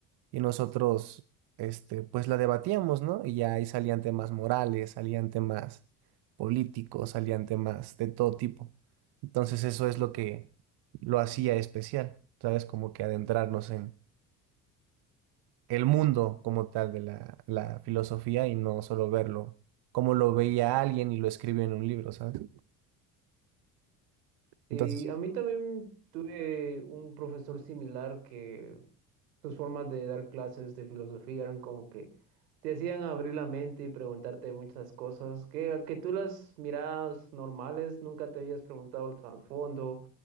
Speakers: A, on the right; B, on the right.
A: y nosotros, este, pues la debatíamos, ¿no? Y ya ahí salían temas morales, salían temas políticos, salían temas de todo tipo. Entonces eso es lo que lo hacía especial, ¿sabes? Como que adentrarnos el mundo como tal de la, la filosofía y no solo verlo como lo veía alguien y lo escribió en un libro, ¿sabes?
B: Sí,
A: Entonces,
B: a mí también tuve un profesor similar que sus formas de dar clases de filosofía eran como que te hacían abrir la mente y preguntarte muchas cosas que, a que tú las mirabas normales, nunca te habías preguntado el trasfondo